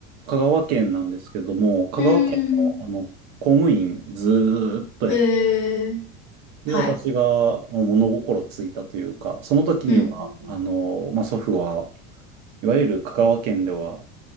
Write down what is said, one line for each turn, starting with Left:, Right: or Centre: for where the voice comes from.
Right: 香川県なんですけども、香川県の、
Left: うーん。
Right: あの、公務員ずーっとやって、
Left: へえ。
Right: で、
Left: はい。
Right: 私がまあ物心ついたというか、その時には、
Left: うん、
Right: あの、まあ、祖父は、いわゆる香川県では、